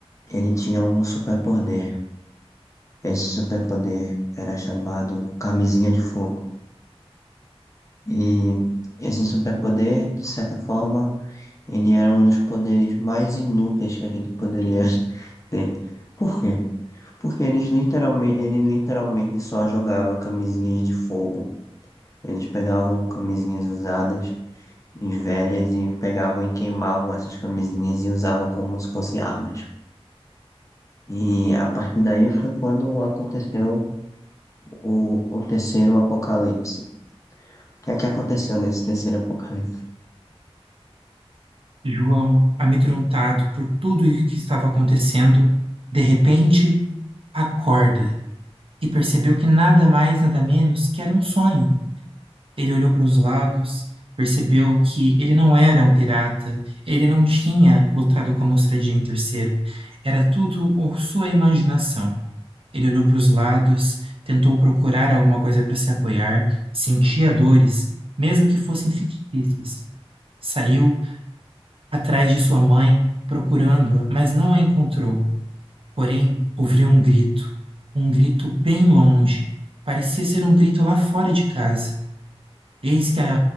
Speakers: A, on the left; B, on the right.
A: ele tinha um superpoder. Esse superpoder era chamado Camisinha de Fogo. E esse superpoder, de certa forma, ele era um dos poderes mais inúteis que a gente poderia <laughs> ter. Por quê? Porque eles literalmente, ele literalmente só jogava camisinhas de fogo. Eles pegavam camisinhas usadas e velhas e pegavam e queimavam essas camisinhas e usavam como se fossem armas. E a partir daí foi quando aconteceu o, o terceiro apocalipse. O que é que aconteceu nesse terceiro apocalipse?
B: João, amedrontado por tudo o que estava acontecendo, de repente acorda e percebeu que nada mais, nada menos que era um sonho. Ele olhou para os lados, percebeu que ele não era um pirata, ele não tinha lutado com a Mostradinha em terceiro. Era tudo ou sua imaginação. Ele olhou para os lados, tentou procurar alguma coisa para se apoiar, sentia dores, mesmo que fossem fictícias. Saiu atrás de sua mãe, procurando-a, mas não a encontrou. Porém, ouviu um grito, um grito bem longe. Parecia ser um grito lá fora de casa. Eis que a